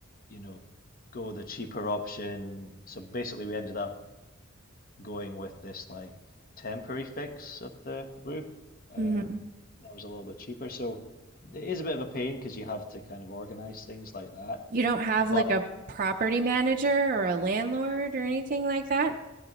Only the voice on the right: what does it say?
hmm
You don't have like
a property manager or a landlord or anything like that?